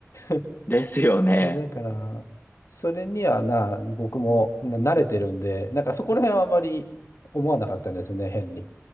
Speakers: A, on the left; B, on the left.
A: <laughs>
B: ですよね。
A: だから、それにはな、僕もな慣れてるんで、なんかそこら辺はあまり思わなかったんですね、変に。